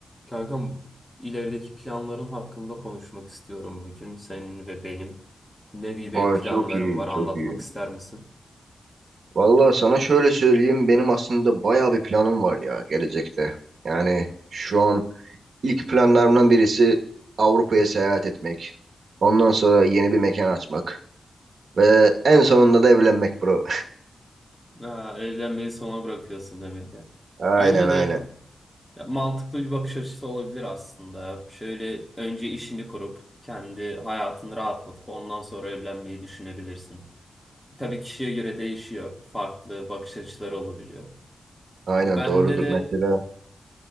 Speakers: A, in the centre; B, on the right.
A: Kankam, ilerideki planların hakkında konuşmak istiyorum bugün senin ve benim. Ne gibi
B: Ay
A: planların
B: çok iyi,
A: var anlatmak
B: çok iyi.
A: ister misin?
B: Vallahi sana şöyle söyleyeyim, benim aslında bayağı bir planım var ya gelecekte. Yani şu an ilk planlarımdan birisi Avrupa'ya seyahat etmek. Ondan sonra yeni bir mekan açmak. Ve en sonunda da evlenmek bro.
A: Ha, evlenmeyi sona bırakıyorsun demek ya.
B: <laughs> Aynen
A: Bence de
B: aynen.
A: ya, mantıklı bir bakış açısı olabilir aslında. Şöyle önce işini kurup kendi hayatını rahatlatıp ondan sonra evlenmeyi düşünebilirsin. Tabii kişiye göre değişiyor. Farklı bakış açıları olabiliyor.
B: Aynen
A: Bende
B: doğrudur
A: de
B: mesela.